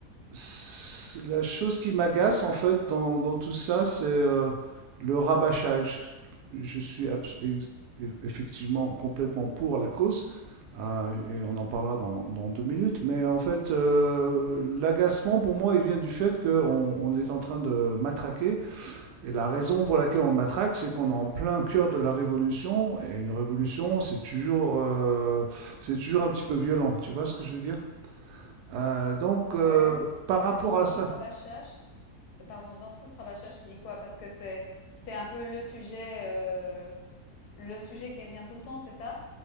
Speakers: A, on the right; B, on the left.
A: c- la chose qui m'agace en fait dans, dans tout ça, c'est euh, le rabâchage. Je suis abs- ex- eff- effectivement complètement pour la cause, euh, et on en parlera dans, dans deux minutes, mais en fait, euh, l'agacement pour moi, il vient du fait qu'on on est en train de matraquer, et la raison pour laquelle on matraque, c'est qu'on est en plein cœur de la révolution, et une révolution, c'est toujours, euh, c'est toujours un petit peu violent, tu vois ce que je veux dire? Euh, donc,
B: Ouais,
A: euh, par
B: mais
A: rapport
B: dans le
A: à
B: sens
A: ça,
B: rabâchage, euh, pardon, dans le sens rabâchage, tu dis quoi? Parce que c'est c'est un peu le sujet euh, Le sujet qui revient tout le temps, c'est ça?